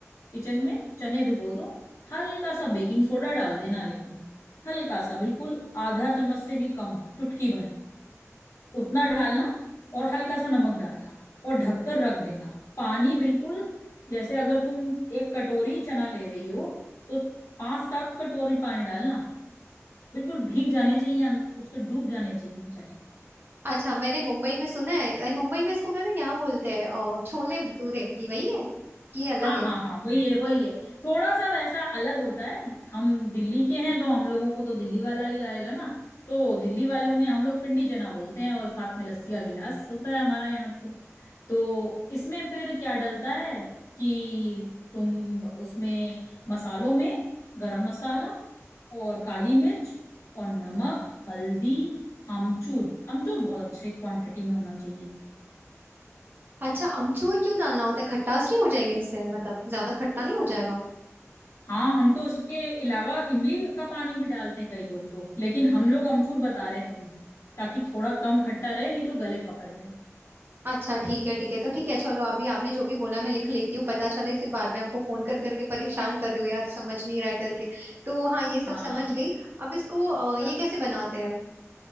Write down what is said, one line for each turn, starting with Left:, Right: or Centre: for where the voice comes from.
Left: किचन में चने भिगो दो हल्का सा बेकिंग सोडा डाल देना लेकिन हल्का सा बिल्कुल आधा चम्मच से भी कम चुटकी भर उतना डालना और हल्का सा नमक डालना और ढककर रख देना पानी बिल्कुल जैसे अगर तुम एक कटोरी चना ले रही हो तो पांच सात कटोरी पानी डालना बिल्कुल भीग जाने चाहिए अं- उसके डूब जाने चाहिए चने
Right: अच्छा मैंने मुंबई में सुना है अरे मुंबई में इसको क्या ना क्या बोलते हैं और छोले भटूरे ये वही है कि ये अलग
Left: हाँ
Right: है
Left: हाँ हाँ वही है वही है थोड़ा सा वैसा अलग होता है हम दिल्ली के हैं तो हम लोगों को तो दिल्ली वाला ही आएगा ना तो दिल्ली वालों में हम लोग पिंडी चना बोलते हैं और साथ में लस्सी का गिलास होता है हमारे यहाँ तो तो इसमें फिर क्या डलता है कि तुम उसमें मसालों में गरम मसाला और काली मिर्च और नमक हल्दी अमचूर अमचूर बहुत अच्छे क्वांटिटी में होना चाहिए
Right: अच्छा अमचूर क्यों डालना होता है खटास नहीं हो जाएगी उससे मतलब ज्यादा खट्टा नहीं हो जाएगा
Left: हाँ हम तो उसके अलावा इमली का पानी भी डालते हैं कई लोग तो लेकिन हम लोग अमचूर बता रहे हैं तुम्हें ताकि थोड़ा कम खट्टा रहे नहीं तो गले पकड़ जाएंगे
Right: अच्छा ठीक है ठीक है तो ठीक है चलो अभी आपने जो भी बोला मैं लिख लेती हूँ पता चले फिर बाद में आपको फोन कर करके परेशान कर रही हूँ यार समझ नहीं रहा है करके तो हाँ ये सब
Left: हाँ
Right: समझ गई अब इसको अ, ये
Left: और
Right: कैसे बनाते हैं